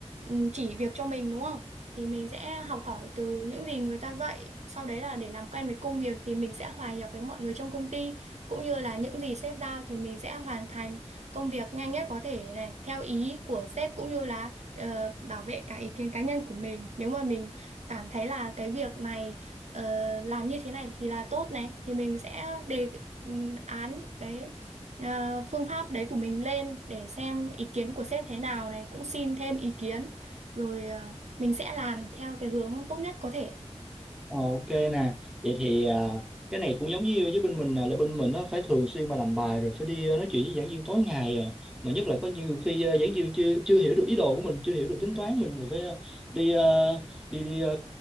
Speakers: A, on the right (about 75°); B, in the centre.
A: ừ, chỉ việc cho mình đúng không? Thì mình sẽ học hỏi từ những gì người ta dạy. Sau đấy là để làm quen với công việc thì mình sẽ hòa nhập với mọi người trong công ty cũng như là những gì sếp giao thì mình sẽ hoàn thành công việc nhanh nhất có thể này theo ý của sếp cũng như là ờ, bảo vệ cả ý kiến cá nhân của mình. Nếu mà mình cảm thấy là cái việc này ờ, làm như thế này thì là tốt này thì mình sẽ đề ừm, án cái ờ, phương pháp đấy của mình lên để xem ý kiến của sếp thế nào này cũng xin thêm ý kiến rồi ờ, mình sẽ làm theo cái hướng tốt nhất có thể.
B: Ờ, Ok nè, vậy thì à, cái này cũng giống như với bên mình là, là bên mình á, phải thường xuyên mà làm bài rồi phải đi à, nói chuyện với giảng viên tối ngày à. Mà nhất là có nhiều khi à, giảng viên chưa chưa hiểu được ý đồ của mình, chưa hiểu được tính toán mình thì phải à, đi à, đi đi à,